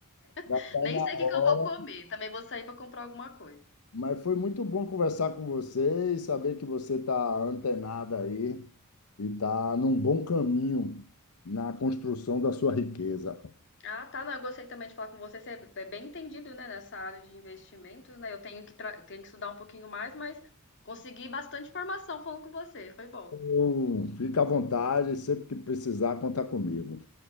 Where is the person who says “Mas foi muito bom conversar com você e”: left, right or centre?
Left